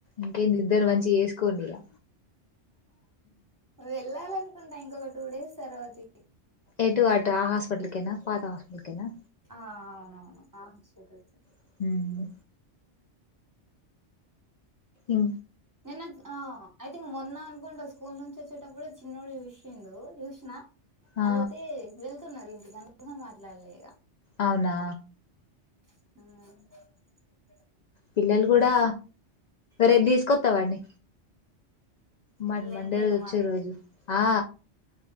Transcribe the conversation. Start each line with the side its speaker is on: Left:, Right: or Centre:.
Left: ఇంకే ఇద్దరు మంచి చేసుకోండి ఇగా
Right: వెళ్ళాల కుంటాయి ఇంకొక టూ డేస్ తర్వాతకి
Left: ఎటు అటు ఆ హాస్పిటల్కనా పాత హాస్పిటల్కేనా
Right: ఆ అవునవును ఆ సరే అయితే
Left: ఇం ఇం
Right: నిన్న ఆ మొన్న అనుకుంటా స్కూల్ నుంచి వచ్చేటప్పుడు చిన్నడు చూసిండు చూసిన
Left: ఆ
Right: <unintelligible> వెల్ న్నారు ఇంటిక మాట్లాడలేక
Left: అవునా
Right: ఆ
Left: పిల్లలు కూడా రేపు తీసుకొస్తావాడిని మ
Right: ఫుల్
Left: మండే
Right: ఎంజాయ్
Left: రోజు
Right: ఇగ
Left: వచ్చే
Right: మాకైతే
Left: రోజు ఆ